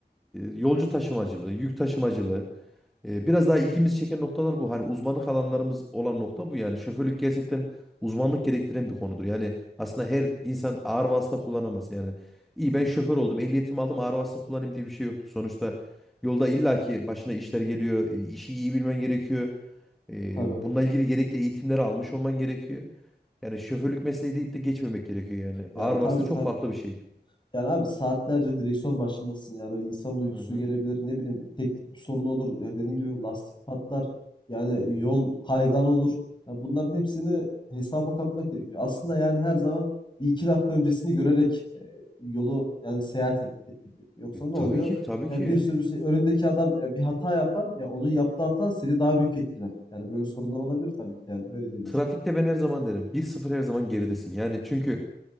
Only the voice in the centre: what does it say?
yolcu taşımacılığı, yük taşımacılığı e, biraz daha ilgimiz çeken noktalar bu. Hani uzmanlık alanlarımız olan nokta bu yani. Şoförlük gerçekten uzmanlık gerektiren bir konudur. Yani aslında her insan ağır vasıta kullanamaz. Yani iyi ben şoför oldum, ehliyetimi aldım, ağır vasıta kullanayım diye bir şey yoktur. Sonuçta yolda illaki başına işler geliyor, e, işi iyi bilmen gerekiyor. E,
bununla ilgili gerekli eğitimleri almış olman gerekiyor. Yani şoförlük mesleği deyip de geçmemek gerekiyor yani.
Ağır vasıta
çok
farklı bir şey.
Hı hı.
Hı hı.
E,
tabii
ki tabii
ki.
Trafikte ben her zaman derim bir sıfır her zaman geridesin. Yani çünkü